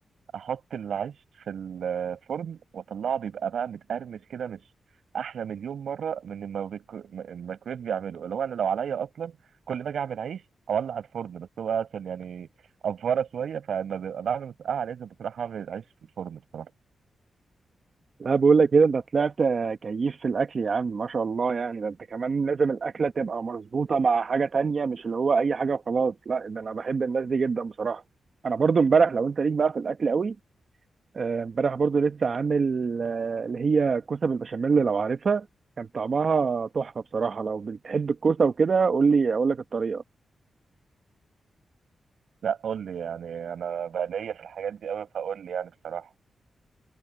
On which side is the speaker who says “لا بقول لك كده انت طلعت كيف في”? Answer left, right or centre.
Right